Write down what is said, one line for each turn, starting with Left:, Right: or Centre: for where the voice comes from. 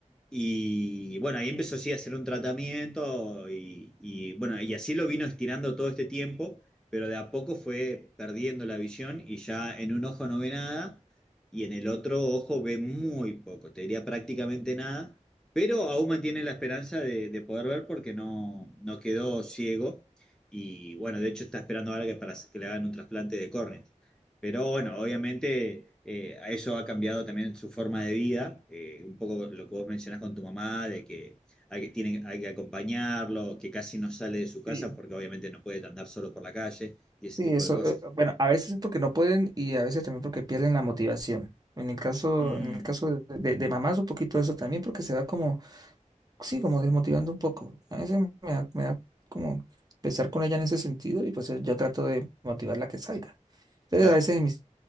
Centre: y bueno, ahí empezó sí, a hacer un tratamiento y, y, bueno, y así lo vino estirando todo este tiempo, pero de a poco fue perdiendo la visión y ya en un ojo no ve nada y en el otro ojo ve muy poco, te diría prácticamente nada, pero aún mantiene la esperanza de, de poder ver porque no, no quedó ciego y bueno, de hecho está esperando ahora que, para, que le hagan un trasplante de córnea. Pero bueno, obviamente eh, a eso ha cambiado también su forma de vida, eh, un poco lo que vos mencionás con tu mamá, de que hay que, tienen, hay que acompañarlo, que casi no sale de su casa
Right: Sí.
Centre: porque obviamente no puede andar solo por la calle y ese
Right: Sí,
Centre: tipo
Right: eso,
Centre: de cosas.
Right: eh, bueno, a veces es porque no pueden y a veces también porque pierden la motivación. En el caso,
Centre: Mm,
Right: en el caso de, de- de mamás, un poquito eso también, porque se va como, sí, como desmotivando un poco. A veces me da, me da como pesar con ella en ese sentido y pues eh, yo trato de motivarla a que salga. Entonces
Centre: claro,
Right: a veces, en mis-